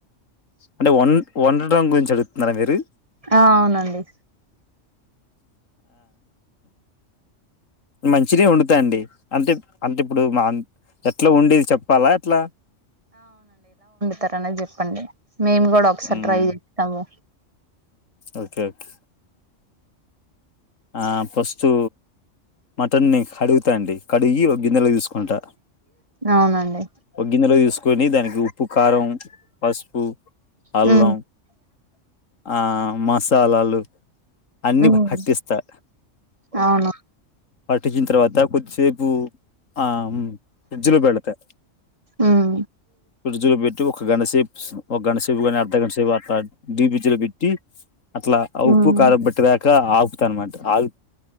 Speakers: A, on the left; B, on the right.
A: అంటే వన్ వండడం గురించి అడుగుతున్నారా మీరు
B: ఆ అవునండి.
A: మంచెనె వొండుతా అండి అంటే అంటే ఇప్పుడు మా ఎట్లా ఉండేది చెప్పాలా ఎట్లా
B: తార అనేది చెప్పండి మేము కూడా ఒకసారి
A: ఉమ్
B: ట్రై చేస్తాము.
A: ఓకే ఓకే ఆ ఫస్టు మటన్ని కడుగుతా అంది కడిగి గిన్నెలో తీస్కుంటా
B: అవునండి
A: ఓ గ్గిన్నెల తీస్కొని దానికి ఉప్పు, కారం, పసుపు అల్లం
B: మ్
A: ఆ మసాలాలు అన్ని
B: ఉమ్
A: వట్టిస్ త
B: అవును
A: పట్టిచ్చిన తర్వాత కొద్దిసేపు ఆ ఫ్రిజ్లో బెడతా
B: ఉమ్
A: ప్రిడ్జ్ లో పెట్టు ఒక గంటసేప్ ఒక గంటసేపు గని అర్ధ గంటసేపు అట్లా డి ప్రిజ్జుల వేట్టి అట్లా ఆ ఉప్పు
B: ఉమ్
A: కారు పట్టేదాక ఆపుతనమాత్ ఆగు